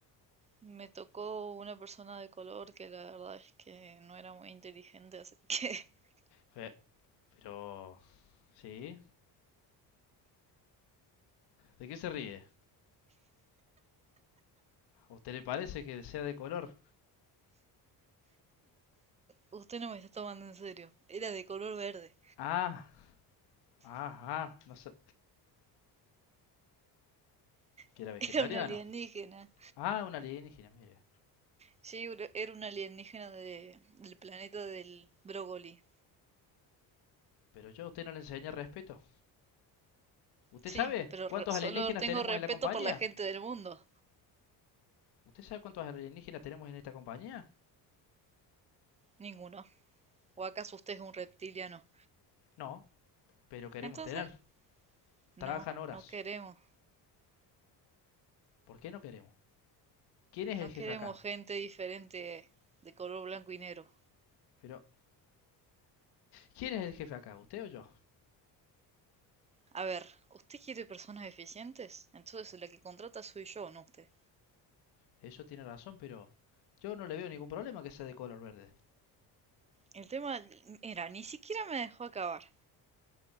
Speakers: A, on the right; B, on the left.
A: me tocó una persona de color que la verdad es que no era muy inteligente, así que <laughs>
B: Fe- pero, ¿sí? ¿De qué se ríe? ¿A usted le parece que sea de color?
A: usted no me está tomando en serio. Era de color verde.
B: Ah, ah, ah, no sé, que
A: <laughs>
B: era vegetariano.
A: Era un alienígena.
B: Ah, un alienígena, mire.
A: Sí, era era un alienígena de- del planeta del brócoli.
B: Pero yo a usted no le enseñé respeto. ¿Usted
A: Sí,
B: sabe
A: pero
B: cuántos
A: re- solo
B: alienígenas
A: tengo
B: tenemos
A: respeto
B: en la compañía?
A: por la gente del mundo.
B: ¿Usted sabe cuántos alienígenas tenemos en esta compañía?
A: Ninguno. ¿O acaso usted es un reptiliano?
B: No, pero queremos
A: Entonces,
B: tener.
A: no,
B: Trabajan horas.
A: no queremos.
B: ¿Por qué no queremos? ¿Quién es el
A: No
B: jefe
A: queremos
B: acá?
A: gente diferente de color blanco y negro.
B: Pero ¿Quién es el jefe acá? ¿Usted o yo?
A: A ver, ¿usted quiere personas eficientes? Entonces la que contrata soy yo, no usted.
B: Eso tiene razón, pero yo no le veo ningún problema que sea de color verde.
A: El tema, mira, ni siquiera me dejó acabar.